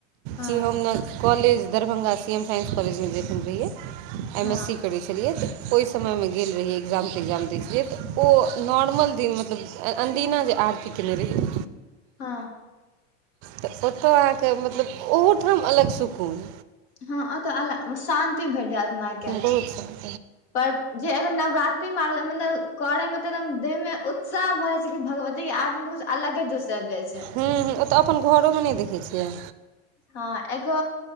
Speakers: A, on the left; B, on the right.
A: हँ
B: कि हम ने college Darbhanga C M science कॉलेजमे देखखन रहिै
A: हँ
B: एम एस सी के करै छलियै तऽ ओहि समयमे गेल रहिै एग्जाम तग्जाम देखै छलियै तऽ ओ नॉर्मल दिन मतलब अन्दीना जे आरती केयने रहि
A: हँ
B: तऽ ओतय अहाँके मतलब ओहूठाम अलग सुकून
A: हँ ओतऽ अ शांति भेट जायत के
B: एहिस
A: पर जे अगर नवरात्रि मतलब करैमे तऽ एकदम देहमे साह भऽ जाइ छै क कि भगवती के आदती मे कुछ अलगे जोस आब जाइ छै
B: हूँ हँ ओतऽ अपन घरोमे नहि देखै छियै
A: हँ एगो